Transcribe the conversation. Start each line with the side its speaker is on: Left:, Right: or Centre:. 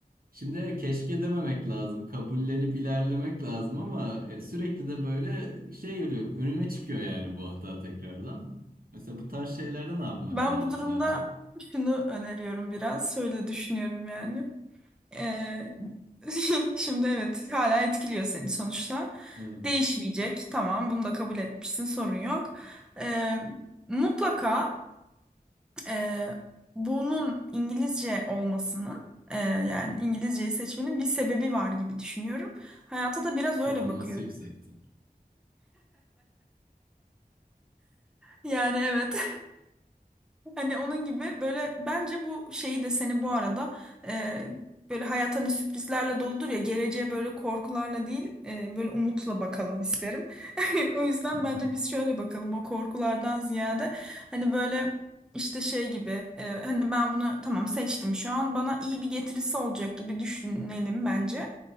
Right: şimdi evet, keşke dememek lazım. Kabullenip ilerlemek lazım ama e, sürekli de böyle şey yürüyor. Önüme çıkıyor yani bu hata tekrardan. Mesela bu tarz şeylerde ne yapmak
Centre: Ben
Right: lazım
Centre: bu durumda
Right: sence?
Centre: şunu öneriyorum biraz. Şöyle düşünüyorum yani. Ee, <laughs> şimdi evet hala etkiliyor seni sonuçta.
Right: Evet.
Centre: Değişmeyecek. Tamam bunu da kabul etmişsin sorun yok. Ee, mutlaka Ee, bunun İngilizce olmasının e, yani İngilizceyi seçmenin bir sebebi var gibi düşünüyorum. Hayata da biraz
Right: Sıralaması
Centre: öyle bakıyorum.
Right: yüksekti.
Centre: Yani evet. Hani onun gibi böyle bence bu şeyi de seni bu arada e, böyle hayat hani sürprizlerle doludur ya geleceğe böyle korkularla değil e, böyle umutla bakalım isterim. <laughs> O yüzden
Right: Hı hı.
Centre: bence biz şöyle bakalım o korkulardan ziyade hani böyle işte şey gibi e, hani ben bunu tamam seçtim şu an bana iyi bir getirisi olacak gibi düşünelim bence.